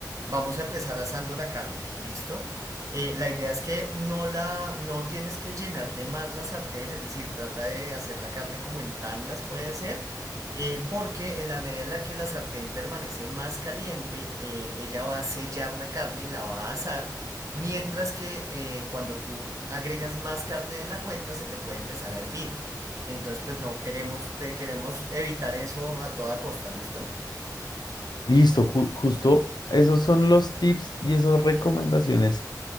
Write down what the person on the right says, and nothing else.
vamos a empezar asando la carne, ¿listo? Eh, la idea es que no la, no tienes que llenar de más la sartén, es decir, trata de hacer la carne como en tandas puede ser, eh, porque en la medida en la que la sartén permanece más caliente, eh, ella va a sellar la carne y la va a asar. Mientras que eh, cuando tú agregas más carne de la cuenta, se te puede empezar a hervir. Entonces, pues no queremos, te, queremos evitar eso a toda costa, ¿listo?